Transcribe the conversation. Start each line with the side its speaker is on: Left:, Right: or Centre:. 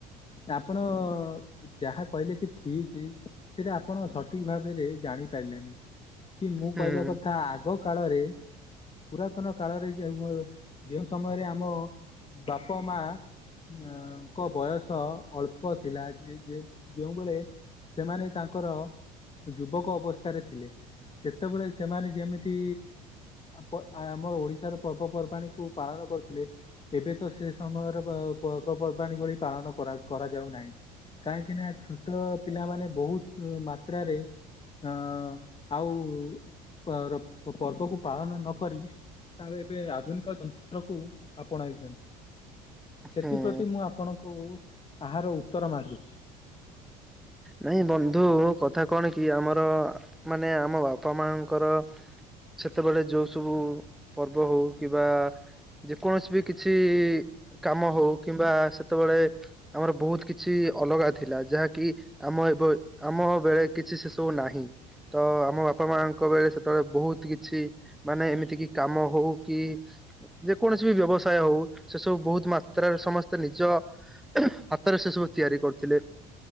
Left: ଆପଣ ଯାହା କହିଲେ କି ଠିକ ସେଇଟା ଆପଣ ସଠିକ ଭାବେରେ ଜାଣି ପାଇଲେନି କି ମୁଁ
Centre: ହୁଁ
Left: କହିବା କଥା ଆଗ କାଳରେ ପୁରାତନ କାଳରେ ଯେ ଯେଉଁ ସମୟରେ ଆମ ବାପ ମା ଅଙ୍କ ବୟସ ଅଳ୍ପ ଥିଲା ଯେ ଯେ ଯେଉଁବେଳେ ସେମାନେ ତାଙ୍କର ଯୁବକ ଅବସ୍ଥାରେ ଥିଲେ। ସେତେବେଳେ ସେମାନେ ଯେମିତି ପ ଆମର ଓଡ଼ିଶାର ପର୍ବପର୍ବାଣି କୁ ପାଳନ ନ କରୁଥିଲେ ଏବେ ତ ସେ ସମୟର ପର୍ବପର୍ବାଣୀ ଭଳି ପାଳନ କରା କରାଯାଉନାହିଁ କାହିଁକି ନା ଛୋଟ ପିଲାମାନେ ବହୁତ ମାତ୍ରାରେ ଅ ଆଉ ଆର ପର୍ବକୁ ପାଳନ ନ କରି ତାଙ୍କ ଏବେ ଆଧୁନିକ ଯନ୍ତ୍ରକୁ ଆପଣାଇଛନ୍ତି। ସେଥିପ୍ରତି
Centre: ହୁଁ
Left: ମୁଁ ଆପଣଙ୍କୁ ଆହାର ଉତ୍ତର ମାଗୁଛି।
Centre: ନାଇଁ ବନ୍ଧୁ କଥା କଣ କି ଆମର ମାନେ ଆମ ବାପା ମା ଙ୍କର ସେତେବେଳେ ଯୋଉ ସବୁ ପର୍ବ ହଉ କିମ୍ବା ଯେକୌଣସି ବି କିଛି କାମ ହଉ କିମ୍ବା ସେ ଯେତେବେଳେ ଆମର ବହୁତ କିଛି ଅଲଗା ଥିଲା ଯାହା କି ଆମ ଏବେ ଆମ ବେଳେ କିଛି ସେସବୁ ନାହିଁ। ତ ଆମ ବାପା ମାଙ୍କ ବେଳେ ସେତେବେଳେ ବହୁତ କିଛି ମାନେ ଏମିତି କି କାମ ହଉ କି ଯେକୌଣସି ବି ବ୍ୟବସାୟ ହଉ ସେ ସବୁ ବହୁତ ମାତ୍ରାରେ ସମସ୍ତେ ନିଜ ହାତରେ ସେସବୁ ତିଆରି କରୁଥିଲେ।